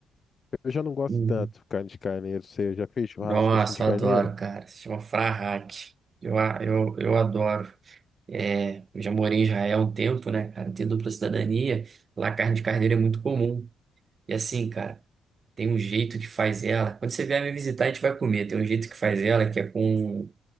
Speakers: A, on the left; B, on the right.
A: Eu já não gosto
B: Uhum.
A: tanto carne de carneiro. Você já fez churrasco
B: Nossa,
A: assim de
B: eu
A: carneiro?
B: adoro, cara. Se chama Frahak. Eu, a- eu, eu adoro. É, eu já morei em Israel há um tempo, né, cara? Tenho dupla cidadania. Lá a carne de carneiro é muito comum. E assim, cara, tem um jeito que faz ela. Quando você vier me visitar, a gente vai comer. Tem um jeito que faz ela que é com.